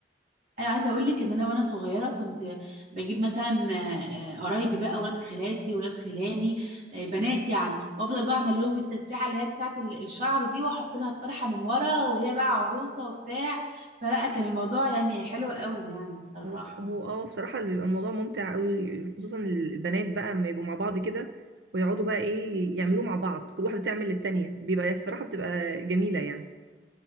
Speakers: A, on the right; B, on the right.
A: ايوه عايزه اقول لك ان انا وانا صغيره كنت بجيب مثلا آه، آه، قرايبي بقى ولاد خالاتي ولاد خلاني آه، بنات يعني وافضل بقى اعمل لهم التسريحه اللي هي بتاعه ال- الشعر دي واحط لها الطرحه من ورا وهي بقى عروسه وبتاع فلا كان الموضوع يعني حلو قوي يعني بصراحه
B: هو بص- هو اه بصراحه اللي بيبقى الموضوع ممتع قوي خصوصا البنات بقى اما يبقوا مع بعض كده ويقعدوا بقى ايه يعملوه مع بعض كل واحده تعمل للتانيه بيبقى الصراحه بتبقى جميله يعني